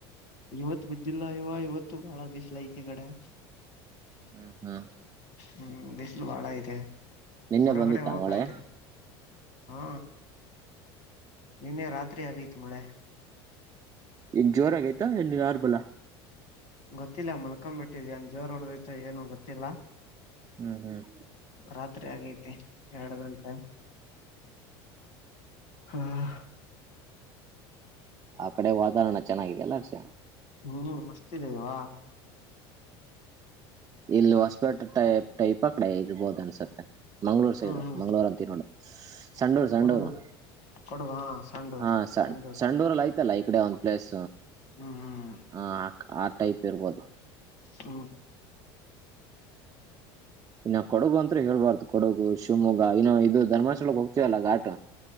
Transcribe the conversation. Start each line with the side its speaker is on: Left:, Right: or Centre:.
Left: ಇವತ್ತು ಬಿದ್ದಿಲ್ಲ ಇವ ಇವತ್ತು ಬಾಳ ಬಿಸ್ಲ ಐತಿ ಇ ಕಡೆ
Right: ಹ್ಮ್ ಹ್ಮ್
Left: ಹ್ಮ್ ಬಿಸಿಲು ಬಾಳ ಐತೆ
Right: ನಿನ್ನೆ
Left: ಹೊರಗಡೆ
Right: ಬಂದಿತ್ತ
Left: ಹೋಗಕಾಯ್ತಿಲ್ಲ
Right: ಮಳೆ
Left: ಹಾ ನಿನ್ನೆ ರಾತ್ರಿ ಆಗೈತ ಮಳೆ.
Right: ಎನ್ ಜೋರ ಆಗೈತಾ ಎನ್ ನಾರ್ಮಲ್ ಆ
Left: ಗೊತ್ತಿಲ್ಲ ಮಲ್ಕೊ ಬಿಟ್ಟಿದಿ ಏನ್ ಜೋರ್ ಹೊಡದತ್ತು ಏನು ಗೊತ್ತಿಲ್ಲ.
Right: ಹ್ಮ್ ಹ್ಮ್
Left: ರಾತ್ರಿ ಆಗೈತಿ ಎರಡು ಗಂಟೆ. ಹ್ಮ <unintelligible>
Right: ಆ ಕಡೆ ವಾತಾವರಣ ಚೆನ್ನಾಗಿದೆ ಅಲ್ಲ ಅಸ್ಟೆ.
Left: ಹ್ಮ್ ಮಸ್ತಿದೆೇವಾ
Right: ಇಲ್ಲಿ ಹೊಸಪೇಟೆ ಟೈಪ್ ಟೈಪ್ ಆ ಕಡೆ ಇರ್ಬಹದು ಅನ್ಸುತ್ತೆ ಮಂಗ್ಳೂರ್ ಸೈಡ್
Left: ಹ್ಮ್ ಹ್ಮ್
Right: ಮಂಗ್ಳೂರ್ ಅಂತ ನೋಡು ಸಂಡೂರು ಸಂಡೂರು
Left: ಕೊಡಗು ಕೊಡಗು ಹಾ ಸಂಡೂರ್
Right: ಹ ಸ
Left: ಸಂಡೂರ್
Right: ಸಂಡೂರಲ್ಲಿ ಆಯ್ತು ಇತ್ತಲ್ಲ ಈ ಕಡೆ ಒಂದ್ ಪ್ಲೇಸ್
Left: ಹ್ಮ್ ಹ್ಮ್
Right: ಹ ಆ ಟೈಪ್ ಇರ್ಬೋದು.
Left: ಹ್ಮ
Right: ಇನ್ನು ಕೊಡಗು ಅಂತ್ರ ಹೇಳ್ಬಾರ್ದು ಕೊಡಗು ಶಿವಮೊಗ್ಗ ಇನ್ನು ಇದು ಧರ್ಮಸ್ಥಳಕ ಹೋಗ್ತೀವಲ್ಲ ಘಾಟ.